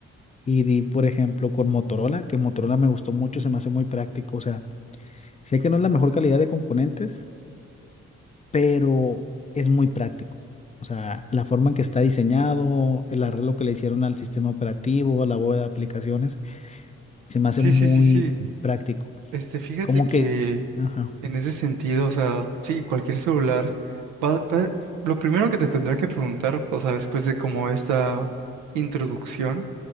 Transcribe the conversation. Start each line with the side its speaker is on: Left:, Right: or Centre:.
Left: y di, por ejemplo, con Motorola, que Motorola me gustó mucho, se me hace muy práctico, o sea, sé que no es la mejor calidad de componentes, pero es muy práctico. O sea, la forma en que está diseñado, el arreglo que le hicieron al sistema operativo, a la bóveda de aplicaciones, se me hace
Right: Sí,
Left: muy
Right: sí, sí, sí.
Left: práctico.
Right: Este, fíjate
Left: Como
Right: que
Left: que, ajá.
Right: en ese sentido, o sea, sí, cualquier celular va, va- lo primero que te tendrá que preguntar, o sea, después de como esta introducción